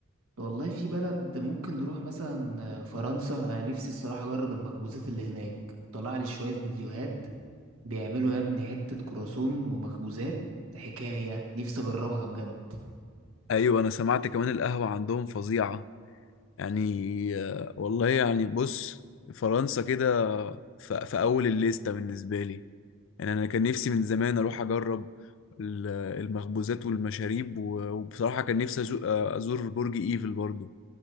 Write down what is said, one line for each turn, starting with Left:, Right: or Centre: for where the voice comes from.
Right: والله في بلد ممكن نروح مثلا آه، فرنسا انا نفسي الصراحه اجرب المخبوزات اللي هناك طلع لي شويه فيديوهات بيعملوا يا ابني حته كرواسون ومخبوزات حكايه نفسي اجربها بجد
Left: ايوه انا سمعت كمان القهوة عندهم فظيعة يعني آه، والله يعني بص فرنسا كده في في اول الليستة بالنسبة لي يعني انا كان نفسي من زمان اروح اجرب ال- المخبوزات والمشاريب و- وبصراحة كان نفسي أزو- آه، ازور برج ايفل برضو